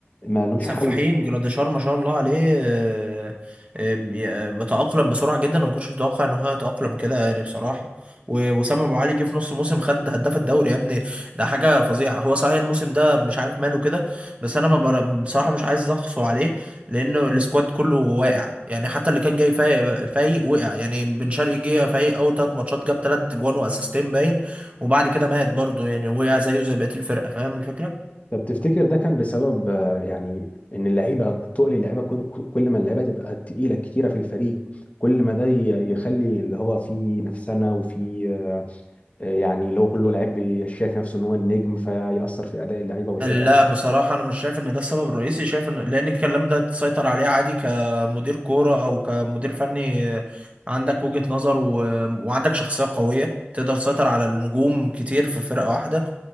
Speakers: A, on the left; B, on the right.
A: ما لهمش
B: سفاحين
A: حل
B: جراديشار ما شاء الله عليه آه، آه، ي- بيتأقلم بسرعة جدا وما كنتش متوقع ان هو يتأقلم كده يعني بصراحة و- وسام ابو علي جه في نص موسم خد هداف الدوري يا ابني ده حاجة فظيعة هو صحيح الموسم ده مش عارف ماله كده بس انا ما بر... بصراحة مش عايز اقصه عليه لانه السكواد كله واقع يعني حتى اللي كان جاي فايق فايق وقع يعني بن شرقي جه فايق اول ثلاث ماتشات جاب ثلاث جوان واسيستين باين وبعد كده مات برضه يعني وقع زيه زي بقية الفرقة فاهم الفكرة
A: طب تفتكر ده كان بسبب آه، يعني ان اللعيبه تقل اللعيبه كل كل ما اللعيبه تبقى تقيله كتيره في الفريق كل ما ده ي- يخلي اللي هو في نفسنا وفي آه، آه، يعني اللي هو كله لعيب بي- شايف نفسه ان هو النجم فيأثر في اداء اللعيبه والفرقه
B: لا بصراحة أنا مش شايف إن ده السبب الرئيسي شايف إن لأن الكلام ده تسيطر عليه عادي كمدير كورة أو كمدير فني آه، عندك وجهة نظر و... وعندك شخصية قوية تقدر تسيطر على النجوم كتير في فرقة واحدة